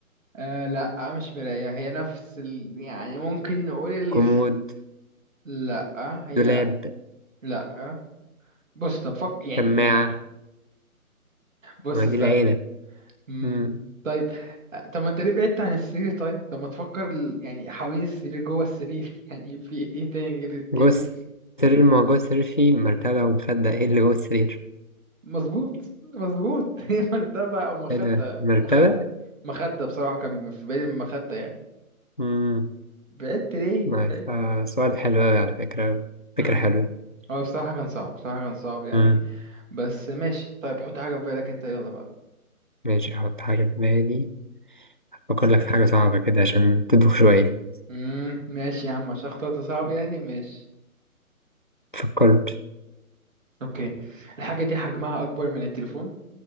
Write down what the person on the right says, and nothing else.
آه لا آه، مش مراية هي نفس ال... يعني ممكن نقول ال...
لا هي
لا بص طب فك يعني
يعني بص
استنى
امم
طيب آه، طب ما انت ليه بعدت عن السرير طيب طب ما تفكر ال- يعني حوالين السرير جوه السرير <laughs> يعني في ايه تاني غير
كلمة الس-
مظبوط مظبوط <laughs> هي مرتبة او مخدة
مخدة مخدة بصراحة كان في بالي المخدة يعني
بعدت ليه
بعدت
مم.
هو بصراحة كان صعب بصراحة كان صعب يعني
بس ماشي طيب حط حاجة في بالك انت يلا بقى
امم ماشي يا عم عشان اخترت صعب يعني ماشي
اوكي الحاجة دي حجمها اكبر من التليفون